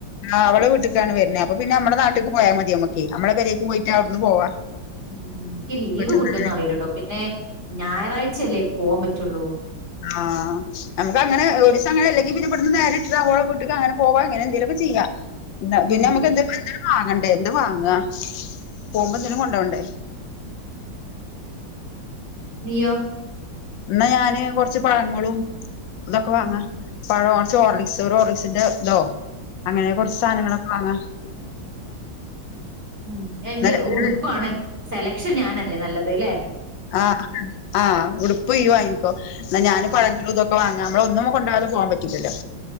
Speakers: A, on the left (about 80°); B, on the right (about 35°).
A: ആഹ് അവളെ വീട്ട്ക്കാണ് വരുന്നെ. അപ്പൊ പിന്നെ നമ്മളെ നാട്ട്ക്ക് പോയാ മതി നമ്മക്കേ നമ്മളെ പെരേക്ക് പോയിട്ടവിടുന്ന് പോവാ.
B: ഇനിക്ക് ലീവ്
A: വീട്ട്ന്നങ്ങനെ
B: കിട്ടുംന്ന് അറിയില്ലടൊ പിന്നെ ഞായറാഴ്ചല്ലേ പോവാ പറ്റുള്ളൂ.
A: ആഹ് നമുക്കങ്ങനെ ഒരിസങ്ങനെല്ലെങ്കി പിന്നെ ബടുന്ന് നേരിട്ട്ഓളെ വീട്ടക്കങ്ങനെ പോവാ അങ്ങനെന്തെല ചെയ്യ
B: ഉം
A: പിന്നെമുക്ക് എന്ത് ന്തേലും വാങ്ങ എന്ത് വാങ്ങ പോകുമ്പോന്തേലും കൊണ്ടോണ്ടേ?
B: നിയൊ?
A: ഇന്നാ ഞാന് കൊറച്ച് പഴങ്ങളും ഇതൊക്കെ വാങ്ങാ.
B: ഉം
A: പഴം കുറച്ച് ഓറിലിക്സ് ഒരു ഓറർലിക്സിന്റെ ഇതോ അങ്ങനെ കുറച്ച് സാധങ്ങളൊക്കെ വാങ്ങ.
B: മ് എനിക്ക്
A: ന്ന
B: ഉടുപ്പാണ് സെ പക്ഷേ ഞാനല്ലേ നല്ലത് ല്ലെ?
A: ആഹ ആഹ് ഉടുപ്പ് ഇയ്യ് വാങ്ങിക്കോ ന്ന ഞാന്
B: ആ
A: പഴങ്ങള് ഇതൊക്കെ വാങ്ങ. നമ്മളൊന്നും കൊണ്ടാകാതെ പോകാൻ പറ്റില്ലല്ലോ.